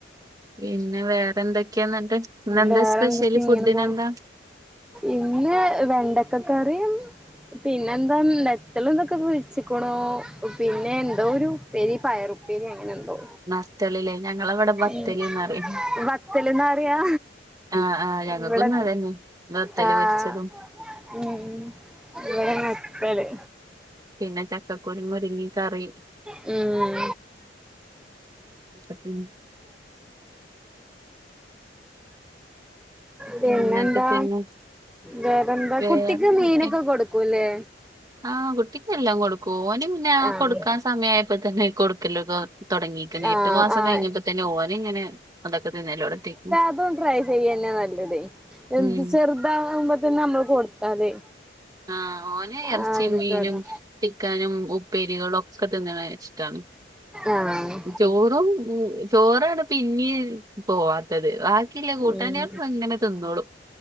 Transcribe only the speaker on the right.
പിന്നെ വേറെ എന്തൊക്കെയാ എന്നിട്ട് ഇന്നെന്താ
സ്പെഷ്യല്
ഫുഡിന്
എന്താ
നത്തലില്ലേ ഞങ്ങളവിടെ ബത്തല്ന്ന്
പറയും
ആഹ് ആഹ് ഞങ്ങക്കും
ഇന്ന് അത് തന്നെ വത്തല്
പൊരിച്ചതും
പിന്നെ ചക്കക്കുരു മുരിങ്ങ കറി
<unintelligible>
എന്നിട്ട് പിന്നെ
വേറെന്തൊക്കെ
ആഹ് കുട്ടിക്കെല്ലാം കൊടുക്കും ഓന് പിന്നെ ആ
കൊടുക്കാൻ സമയായപ്പോ തന്നെ കൊടുക്കല് തുടങ്ങിയേക്കണ്
എട്ട് മാസം
കഴിഞ്ഞപ്പോ തന്നെ ഓന് ഇങ്ങനെ അതൊക്കെ <unintelligible>
ഉം
ആഹ് ഓന് ഇറച്ചിയും
മീനും ചിക്കനും ഉപ്പേരികളും ഒക്കെ തിന്നണ ഇഷ്ടാണ്
ചോറും ചോറാണ് പിന്നെയും പോവാത്തത് ബാ ക്കിയുള്ള കൂട്ടാനുകളൊക്കെ
അങ്ങനെ തിന്നോളും